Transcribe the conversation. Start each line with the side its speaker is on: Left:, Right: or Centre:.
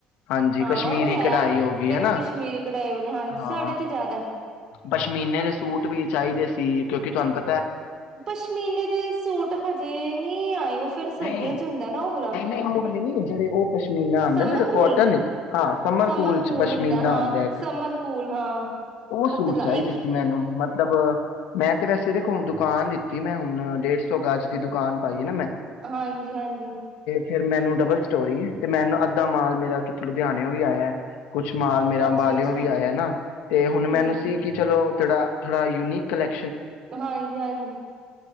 Left: ਹਾਂਜੀ
Right: ਹਾਂ
Left: ਕਸ਼ਮੀਰੀ
Right: ਉਹ ਤੇ ਹੈ
Left: ਕਢਾਈ ਹੋ ਗਈ
Right: ਕ
Left: ਹਨਾ
Right: ਕਸ਼ਮੀਰੀ ਕਢਾਈ ਵਾਲੇ ਹਾਂਜੀ
Left: ਹਾਂ
Right: ਸਾਡੇ ਤੇ ਜ਼ਿਆਦਾ
Left: ਪਸ਼ਮੀਨੇ ਦੇ ਸੂਟ ਵੀ ਚਾਹੀਦੇ ਸੀ। ਕਿਉਂਕੀ ਤੁਹਾਨ ਪ
Right: ਪਸ਼ਮੀਨੇ ਦੇ ਸੂਟ ਹਜੇ ਨਹੀਂ ਆਏ, ਉਹ ਫੇਿਰ ਸਰਦੀਆਂ
Left: ਨਹੀਂ
Right: ਚ ਹੁੰਦਾ ਨਾ ਉਹ ਵਾਲਾ
Left: ਨਹੀਂ ਨਹੀਂ ਉਹ ਵਾਲੇ ਨੀ ਜਿਹੜੇ ਉਹ ਪਸ਼ਮੀਨਾ ਆਂਦਾ
Right: ਸਮਰ
Left: ਜਿਹੜਾ
Right: ਕੂਲ,
Left: ਕੋਟਨ ਵਿੱਚ ਹਾਂ
Right: ਸਮਰ ਕੂਲ,
Left: ਚ ਪਸ਼ਮੀਨਾ
Right: ਹੁੰਦਾ ਹਾਂ
Left: ਆਂਦਾ ਇੱਕ
Right: ਸਮਰ ਕੂਲ, ਹਾਂ
Left: ਉਹ
Right: ਪਤਲਾ
Left: ਸੂਟ ਚਾਹੀਦੇ
Right: ਇੱਕ
Left: ਸੀ ਮੈਨੂੰ ਮਤਲਬ ਮੈ ਦੇ ਕੋੌਣ ਦੁਕਾਨ ਇ ਮੈਂ ਹੁਣ ਡੇਢ ਸੌ ਗਾਜ ਦੀ ਦੁਕਾਨ ਪਾਈ ਹੈ
Right: ਅ ਹਾਂਜੀ ਹਾਂਜੀ
Left: ਫੇਿਰ ਮੈਨੂੰ ਡਬਲ ਸਟੋਰੀ ਤੇ ਮੈਨੂੰ ਅੱਧਾ ਮਾਲ ਮੇਰਾ ਕਿੱਥੋਂ ਲੁਧਿਆਣੇਓ ਵੀ ਆਇਆ ਕੁੱਛ ਮਾਲ ਮੇਰਾ
Right: ਅੱਛਾ
Left: ਅੰਬਾਲਿਓ
Right: ਅੱਛਾ
Left: ਵੀ ਆਇਆ ਨਾ ਤੇ ਹੁਣ ਮੈਨੂੰ
Right: ਹਮ
Left: ਸੀ ਕਿ ਚਲੋ ਤੇੜਾ ਥੋੜਾ ਯੂਨੀਕ ਕਲੈਕ
Right: ਹਾਂਜੀ ਹਾਂਜੀ